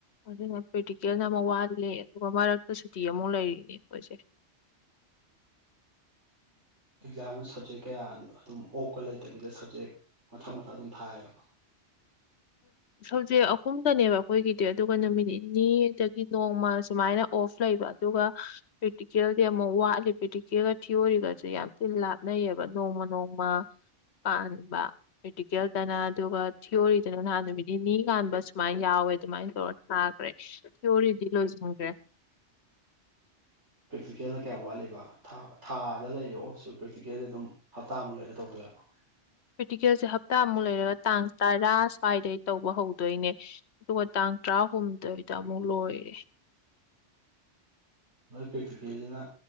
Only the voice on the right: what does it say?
ꯑꯦꯛꯖꯥꯝꯗ ꯁꯕꯖꯦꯛ ꯀꯌꯥ ꯑꯗꯨꯝ ꯑꯣꯛꯀ ꯂꯩꯇꯕꯤꯗ ꯁꯕꯖꯦꯛ ꯃꯊꯪ ꯃꯊꯪ ꯑꯗꯨꯝ ꯊꯥꯏꯔꯣ
ꯄ꯭ꯔꯦꯛꯇꯤꯀꯦꯜꯅ ꯀꯌꯥꯝ ꯋꯥꯠꯂꯤꯕ ꯊꯥꯗ ꯂꯩꯔꯤꯔꯣ ꯑꯣꯜꯁꯨ ꯄ꯭ꯔꯦꯛꯇꯤꯀꯦꯜꯁꯦ ꯑꯗꯨꯝ ꯍꯞꯇꯥꯃꯨꯛ ꯂꯩꯔ ꯇꯧꯗꯣꯏꯔꯣ
ꯅꯣꯏ ꯄ꯭ꯔꯦꯛꯇꯤꯀꯦꯜꯁꯤꯅ